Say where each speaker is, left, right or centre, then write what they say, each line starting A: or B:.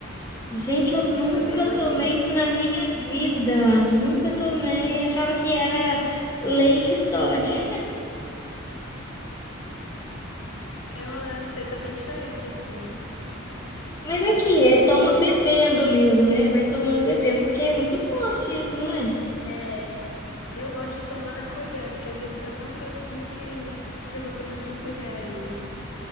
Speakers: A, on the left; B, on the left.
A: Gente, eu nunca
B: Aí fica bem gostoso.
A: tomei isso na minha vida. Nunca tomei. Achava que era leite Toddy.
B: É uma receita bem diferente assim.
A: Mas aqui,
B: Fica bem gostoso.
A: é toma bebendo mesmo, né? Vai tomando bebendo, porque é muito forte isso, não é?
B: É, eu gosto de tomar na colher, porque às vezes fica tão grossinho que, que eu vou tomando de colher ele.